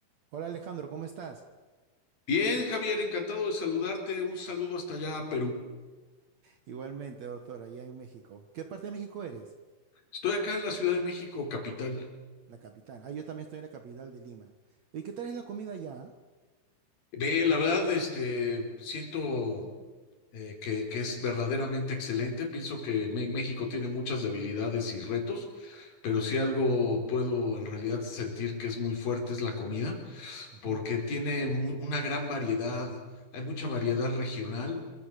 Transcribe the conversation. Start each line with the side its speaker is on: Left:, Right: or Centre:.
Right: Hola Alejandro, ¿cómo estás?
Left: Bien, Javier, encantado de saludarte. Un saludo hasta allá a Perú.
Right: Igualmente, doctora, allá en México. ¿Qué parte de México eres?
Left: Estoy acá en la Ciudad de México, capital.
Right: La capital. Ah, yo también estoy en la capital de Lima. ¿Y qué tal es la comida allá?
Left: Ve, la verdad, este, siento eh, que, que es verdaderamente excelente. Pienso que Me- México tiene muchas debilidades y retos, pero si algo puedo en realidad sentir que es muy fuerte es la comida.
Right: Ujú,
Left: porque tiene mu- una gran variedad, hay mucha variedad regional